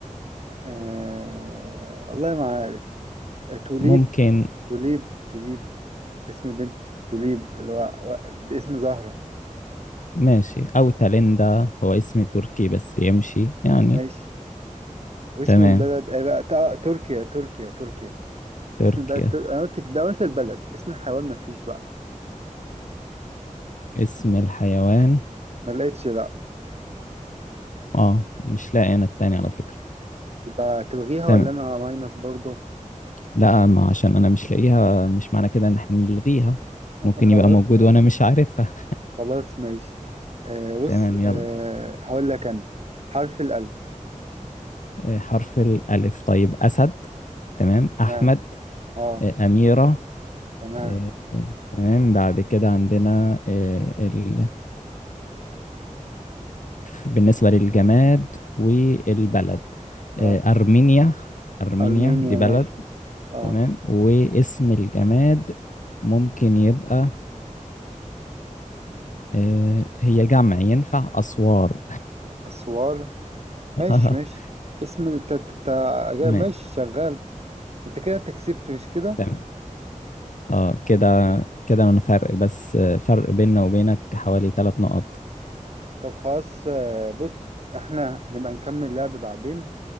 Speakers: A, on the right; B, on the left.
A: آه... والله ما عارف آه، توليب
B: ممكن
A: توليب توليب اسم البنت توليب اللي هو و- اسم زهرة
B: ماشي او تاليندا هو اسم تركي بس يمشي يعني
A: ماشي واسم
B: تمام
A: البلد اي بقى تا- تركيا تركيا تركيا
B: تركيا
A: اسم البلد تر... انا قلت ده قلت البلد اسم الحيوان مفيش بقى
B: اسم الحيوان
A: ما لقيتش لا
B: اه مش لاقي انا التاني على فكرة
A: يبقى تلغيها
B: تمام
A: ولا انا ماينس برضه
B: لا ما عشان انا مش لاقيها مش معنى كده ان احنا نلغيها
A: <laughs>
B: ممكن
A: خلاص
B: يبقى موجود
A: ماشي
B: وانا مش عارفها
A: خلاص ماشي آه
B: <laughs>
A: بص
B: تمام يلا
A: آه هقول لك انا حرف الالف
B: آه، حرف الألف طيب أسد تمام
A: تمام
B: أحمد
A: اه
B: آه، أميرة
A: تمام
B: آه، تمام بعد كده عندنا آه، ال... بالنسبة للجماد والبلد
A: اه
B: آه، أرمينيا أرمينيا
A: ارمينيا
B: دي بلد
A: ماشي اه
B: تمام واسم الجماد ممكن يبقى آه، هي جمع ينفع أسوار
A: اسوار
B: <laughs>
A: ماشي ماشي اسم الت... الت- الت-
B: ما-
A: ماشي شغال انت كده انت كسبت مش كده
B: <applause> تمام اه كده كده انا فرق بس آه، فرق بيننا وبينك حوالي ثلاث نقط
A: طب خلاص آه، بص احنا هنبقى نكمل لعب بعدين